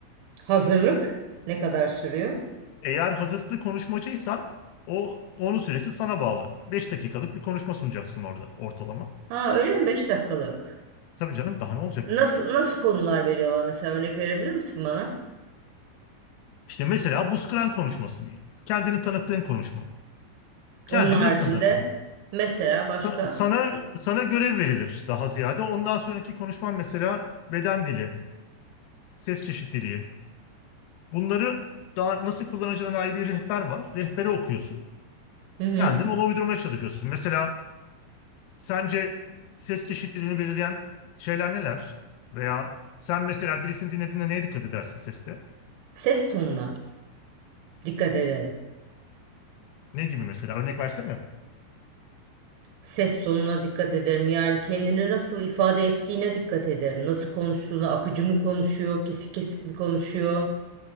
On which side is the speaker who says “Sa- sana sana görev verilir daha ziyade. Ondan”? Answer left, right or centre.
Left